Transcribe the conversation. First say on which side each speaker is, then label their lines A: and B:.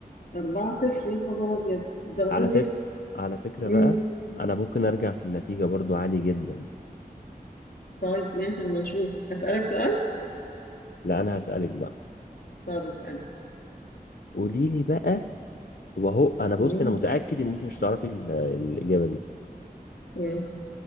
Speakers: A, on the left (about 65°); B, on the left (about 80°).
A: أربعة صفر يا خبر أبيض الدرجة
B: على فكره
A: دي
B: على فكره
A: مم.
B: بقى انا ممكن ارجع في النتيجه برضو عادي جدا
A: طيب ماشي أما نشوف أسألك سؤال
B: لا انا هسالك بقى
A: طب اسأل
B: قولي لي بقى وهو انا
A: مم.
B: بص انا متاكد ان انت مش تعرفي ال- الاجابه دي
A: مم.